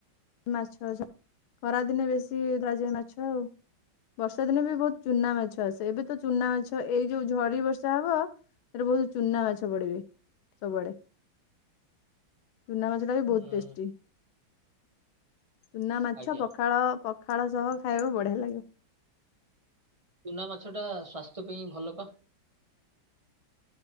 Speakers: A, on the left; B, on the right.
A: ମାଛ ଖରାଦିନେ ବେଶୀ ଧରାଯାଏ ମାଛ ଆଉ। ବର୍ଷା ଦିନେ ବି ବହୁତ ଚୁନା ମାଛ ଆସେ ଏବେତ ଚୁନା ମାଛ ଏଇ ଯୋଉ ଝଡି ବର୍ଷା ହବ ସେ ବହୁତ ଚୁନା ମାଛ ପଡିବେ ସବୁଆଡ ଚୁନା ମାଛ ସେଟାବି
B: ହୁଁ
A: ବହୁତ ଟେଷ୍ଟି। ଚୁନା ମାଛ
B: ଆଜ୍ଞା
A: ପଖାଳ ପଖାଳ ସହ ଖାଇବା ବଢ଼ିଆ ଲାଗିବ।
B: ଚୁନା ମାଛଟା ସ୍ଵାସ୍ଥ୍ୟ ପାଇଁ ଭଲ ପା।